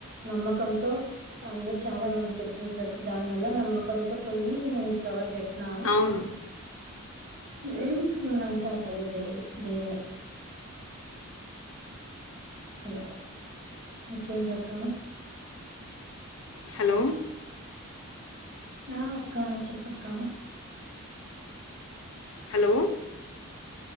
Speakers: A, on the right (about 50°); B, on the left (about 70°).
A: నమ్మకంతో అందరు చాలా మంది చెప్ ప్రతి దాని వల్ల నమ్మకంతో పోయి నేను ఫలవర్ పెట్టినా
B: అవును.
A: ఉ అంతా తల్లి దేవ దయనే హలో ఇంకేంటక్క
B: హలో
A: ఆ అక్క చెప్ప కా
B: హలో